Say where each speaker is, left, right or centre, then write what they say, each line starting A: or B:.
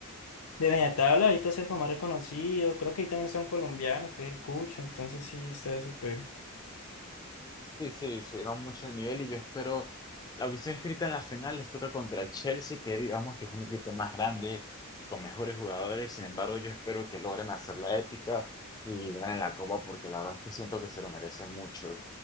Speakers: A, on the left (about 80°); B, on the left (about 20°).
A: de media tabla, ahorita es el como más reconocido, creo que ahí también está un colombiano, que es el Cucho, entonces sí, está súper,
B: Sí, sí, subieron mucho el nivel y yo espero. La audición escrita en la final les toca contra el Chelsea, que digamos que es un equipo más grande, con mejores jugadores. Sin embargo, yo espero que logren hacer la épica y ganen la copa, porque la verdad es que siento que se lo merecen mucho.